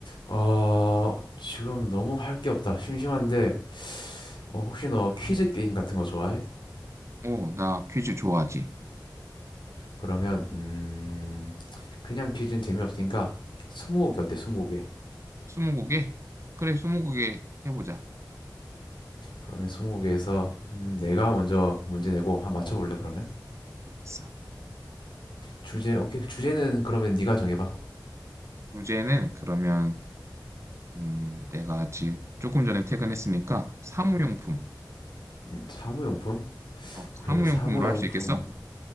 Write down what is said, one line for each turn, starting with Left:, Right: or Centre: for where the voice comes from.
Left: 어, 지금 너무 할 게 없다. 심심한데, 어, 혹시 너 퀴즈 게임 같은 거 좋아해?
Right: 어, 나 퀴즈 좋아하지.
Left: 그러면, 음, 그냥 퀴즈는 재미없으니까, 스무고개 어때, 스무고개?
Right: 스무고개? 그래, 스무고개 해보자.
Left: 그러면 스무고개에서, 음, 내가
Right: 음,
Left: 먼저 문제 내고 한 맞춰볼래, 그러면?
Right: 알겠어.
Left: 주제, 오케이. 주제는 그러면 네가 정해봐.
Right: 주제는 그러면 음, 내가 아직 조금 전에 퇴근했으니까 사무용품.
Left: 음, 사무용품?
Right: 어,
Left: 오케이,
Right: 사무용품으로
Left: 알겠어. 사무용품.
Right: 할 수 있겠어?